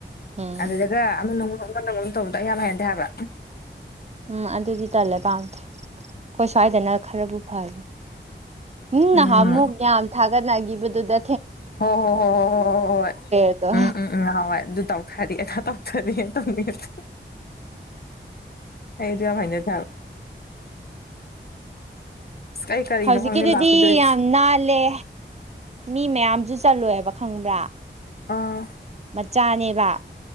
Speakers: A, on the right; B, on the left.
A: ꯎꯝ
B: ꯑꯗꯨꯗꯗꯒ ꯑꯃ ꯅꯣꯡ ꯃꯅꯝ ꯇꯧꯕꯗꯣ ꯑꯩ ꯌꯥꯝ ꯍꯩꯅꯗꯦ ꯍꯥꯏꯕ
A: ꯎꯝ ꯑꯗꯨꯗꯤ ꯇꯜꯂꯦ ꯄꯥꯝꯗꯦ ꯑꯈꯣꯏ ꯁ꯭ꯋꯥꯏꯗꯅ ꯈꯔꯕꯨ ꯐꯔꯦ ꯅꯨꯡ
B: ꯎꯝ
A: ꯅꯍꯥꯟꯃꯨꯛ ꯌꯥꯝ ꯊꯥꯛ ꯒ ꯂꯥꯛꯒꯤꯕꯗꯨꯗ
B: ꯍꯣ ꯍꯣ ꯍꯣ ꯍꯣ ꯍꯣ ꯍ ꯍꯣꯏ
A: ꯑꯗꯣ
B: ꯎꯝ ꯎꯝ ꯎꯝ ꯍꯥꯎ ꯍꯣꯏ ꯑꯗꯨ ꯇꯧ ꯐꯔꯦꯅ ꯇꯥꯎꯊꯔꯛꯑꯦꯅ ꯇꯧꯈꯤꯕꯗꯣ ꯑꯩꯗꯣ ꯌꯥꯝ ꯍꯩꯅꯗꯦ ꯍꯥꯢꯕ ꯑꯁ ꯑꯩ ꯀꯔꯤꯅꯣ
A: ꯍꯧꯖꯤꯛꯀꯤꯗꯨꯗꯤ
B: ꯈꯪꯗꯦ ꯃꯥꯛ ꯄꯤꯗꯣꯏꯁꯦ
A: ꯌꯥꯝ ꯅꯥꯜꯂꯦ ꯃꯤ ꯃꯌꯥꯝꯁꯨ ꯆꯠꯂꯣꯏꯕ ꯈꯪꯕ꯭ꯔꯥ
B: ꯑꯥ
A: ꯃꯆꯥꯅꯦꯕ